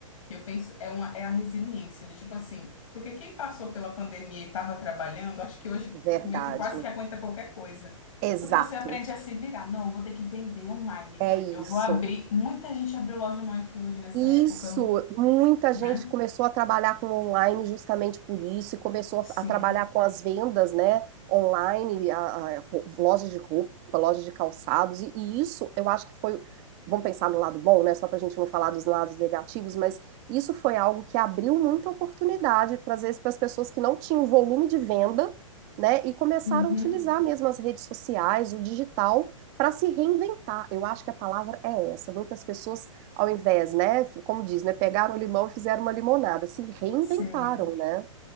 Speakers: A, on the left; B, on the right.
A: que eu penso é uma é a resiliência de tipo assim, porque quem passou pela pandemia e estava trabalhando, acho que hoje
B: Verdade.
A: meio que quase que aguenta qualquer coisa.
B: Exato.
A: Porque você aprende a se virar. Não, eu vou ter que vender online.
B: É isso.
A: Eu vou abrir. Muita gente abriu loja no iFood nessa
B: Isso,
A: época,
B: muita
A: né?
B: gente começou a trabalhar com online justamente por isso e começou
A: Sim.
B: a, a trabalhar com as vendas, né, online, a, a ro- lojas de roupa, lojas de calçados, e, e isso eu acho que foi, vamos pensar no lado bom, né, só para a gente não falar dos lados negativos, mas isso foi algo que abriu muita oportunidade para, às vezes, para as pessoas que não tinham volume de venda, né, e começaram
A: Uhum.
B: a utilizar mesmo as redes sociais, o digital, para se reinventar. Eu acho que a palavra é essa. Muitas pessoas ao invés, né, como diz, né, pegaram o limão e fizeram uma limonada, se reinventaram,
A: Sim.
B: né?